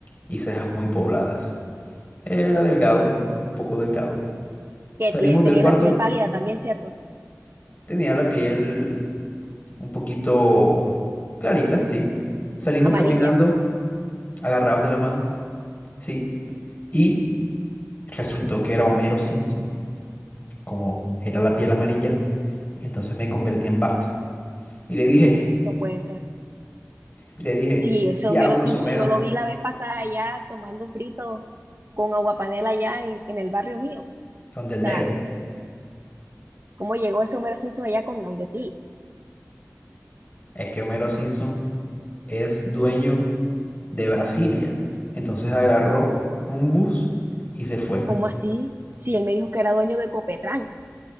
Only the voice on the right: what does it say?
Que
tie- tenía
la piel pálida también, ¿cierto?
Amarilla.
No puede ser.
Sí, ese
Homero Simpson
yo lo vi la vez pasada allá tomando frito con aguapanela allá en, en el barrio mío. O
sea,
¿cómo llegó ese Homero Simpson allá con Donde ti?
¿Cómo así? Si él me dijo que era dueño de Copetrán.